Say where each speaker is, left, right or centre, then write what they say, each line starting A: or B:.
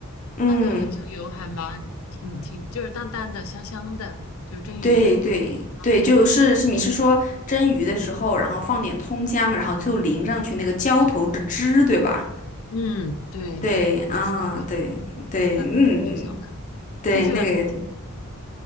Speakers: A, on the left; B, on the left.
A: 嗯。
B: 那个就油还蛮挺挺，就是淡淡的、香香的，就是蒸鱼
A: 对对对，
B: 上面。
A: 就是是你是说蒸鱼的时候，然后放点葱姜，然后最后淋上去那个浇头的汁，对吧？
B: 嗯，对，
A: 对啊，
B: 就是那个，
A: 对对，
B: 那个挺香的，
A: 嗯，对，
B: 听起来。
A: 那个也挺，